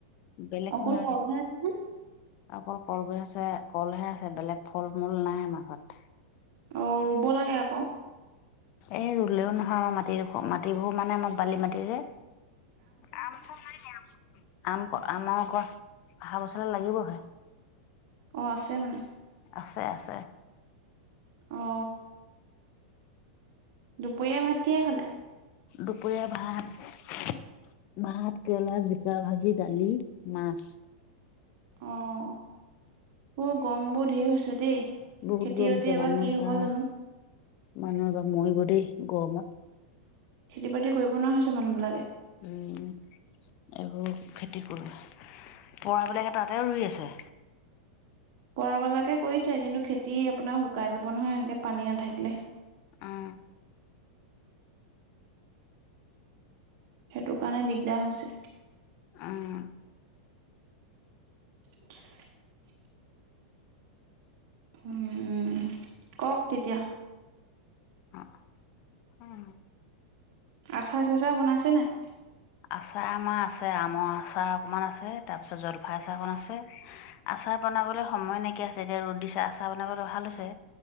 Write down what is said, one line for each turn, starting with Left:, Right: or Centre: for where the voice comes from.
Left: বেলেগ
Right: অকল
Left: নাই
Right: কলহে আছে নে?
Left: অকল কল গছ আছে কলহে আছে বেলেগ ফল মূল নাই আমাৰ ঘৰত।
Right: অঁ ৰুব লাগে আক।
Left: এই ৰুলেও নহয় আমাৰ মাটিডোখ মাটিবোৰ মানে আমাৰ বালি মাটি যে। আম চাম নাই নিকি? আম চাম। আম আমৰ গছ অহাবছৰ লে লাগিবগে।
Right: অ আছে মানে?
Left: আছে আছে।
Right: অঁ। দুপৰীয়া ভাত কিয়ে খালে?
Left: দুপৰীয়া ভাত ভাত কেৰেলা, জিকা ভাজি, দালি, মাছ।
Right: অঁ, উম গৰমবোৰ ধেই হৈছে দেই। খেতি-বাতি
Left: বহুত গৰম হৈছে
Right: এইবাৰ
Left: মানুহ
Right: কি
Left: বা
Right: হ'ব জানোঁ?
Left: মানুহ এইবাৰ মৰিব দেই গৰমত।
Right: খেতি-বাতি কৰিব নোৱাৰা হৈছে মানুহবিলাকে।
Left: উম, এইবোৰ খেতি কৰোঁ। অঁ, বোলে তাতে ৰুই আছে।
Right: কৰাবিলাকে কৰিছে। কিন্তু খেতি আপোনাৰ শুকাই যাব নহয় এনেকে পানী নাথাকিলে।
Left: অঁ।
Right: সেইটো কাৰণে দিগদাৰ হৈছে।
Left: উম।
Right: <unintelligible> হম। কওক তেতিয়া।
Left: অহ, উম।
Right: আচাৰ-চাচাৰ বনাইছেনে নাই?
Left: আচাৰ আমাৰ আছে। ‌ আমৰ আচাৰ অকণমান আছে, তাৰ‌ পিছত জলফাই আচাৰ অকণমান আছে।
Right: <inaudible>
Left: আচাৰ বনাবলৈ সময় নাইকিয়া হৈছে। এতিয়া ৰ'দ দিছে, আচাৰ বনাবলৈ ভাল হৈছে।